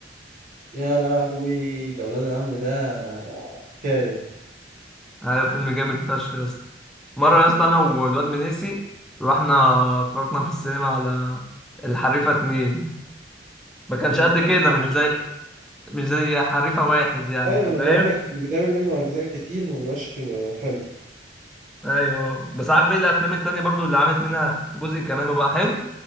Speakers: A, on the right; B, in the centre.
A: يا لهوي ده ولاد العم ده حكاية
B: ايوه فيلم جامد فشخ يا اسطى مره يا اسطى انا والواد منيسي رحنا اتفرجنا في السينما على الحريفه اتنين ما كانش
A: أنا ما
B: قد
A: اتفرجتش
B: كده
A: عليه
B: مش زي مش زي حريفه واحد يعني
A: أيوة
B: انت
A: ما أنا
B: فاهم
A: بقول لك اللي بيتعمل منه أجزاء كتير ما بيبقاش حلو
B: ايوه بس عارف ايه الافلام التانية برضو اللي عملت منها جزء كمان وبقى حلو